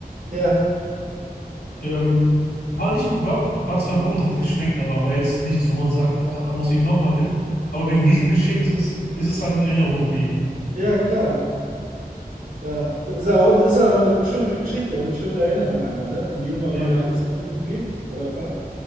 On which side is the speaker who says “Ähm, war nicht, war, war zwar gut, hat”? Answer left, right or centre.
Left